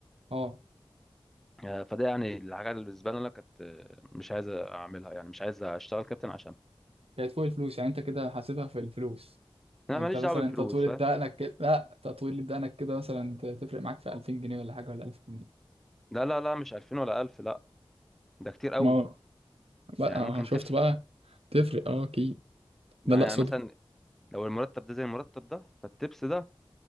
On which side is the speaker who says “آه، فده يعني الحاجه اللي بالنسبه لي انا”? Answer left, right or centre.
Centre